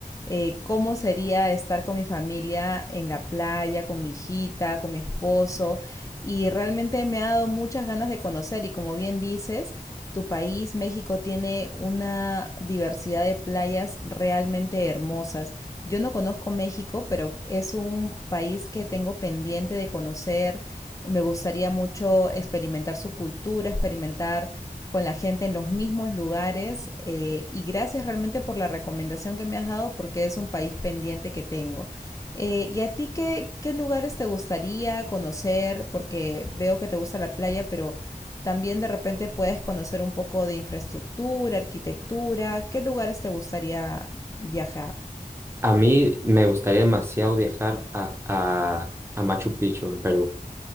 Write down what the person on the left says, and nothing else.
eh, cómo sería estar con mi familia en la playa, con mi hijita, con mi esposo y realmente me ha dado muchas ganas de conocer y como bien dices, tu país, México, tiene una diversidad de playas realmente hermosas. Yo no conozco México, pero es un país que tengo pendiente de conocer. Me gustaría mucho experimentar su cultura, experimentar con la gente en los mismos lugares. eh, y gracias realmente por la recomendación que me has dado porque es un país pendiente que tengo. Eh, ¿y a ti qué, qué lugares te gustaría conocer? Porque veo que te gusta la playa, pero también de repente puedes conocer un poco de infraestructura, arquitectura. ¿Qué lugares te gustaría viajar?